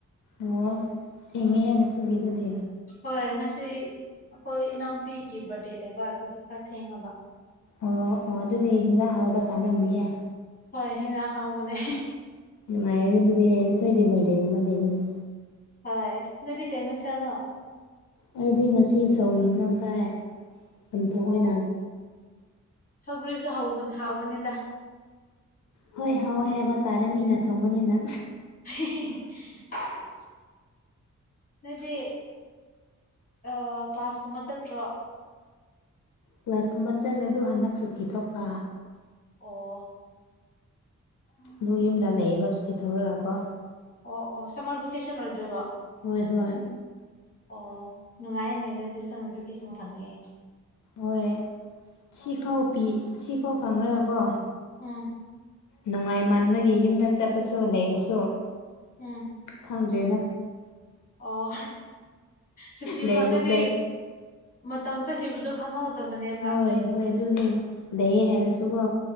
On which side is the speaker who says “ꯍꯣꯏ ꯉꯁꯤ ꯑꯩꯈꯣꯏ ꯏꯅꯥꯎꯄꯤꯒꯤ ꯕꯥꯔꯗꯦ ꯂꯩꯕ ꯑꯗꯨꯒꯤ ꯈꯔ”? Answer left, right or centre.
Left